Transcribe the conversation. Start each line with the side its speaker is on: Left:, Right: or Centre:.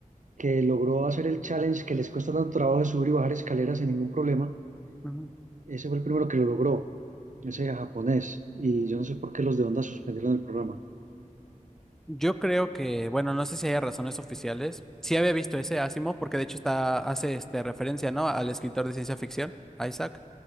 Right: que logró hacer el challenge que les cuesta tanto trabajo de subir y bajar escaleras sin ningún problema
Centre: Ujú.
Right: ese fue el primero que lo logró, ese japonés. Y yo no sé por qué los de Honda suspendieron el programa.
Centre: Yo creo que, bueno, no sé si hay razones oficiales. Sí había visto ese Asimov, porque de hecho está, hace este, referencia, ¿no? Al escritor de ciencia ficción, Isaac,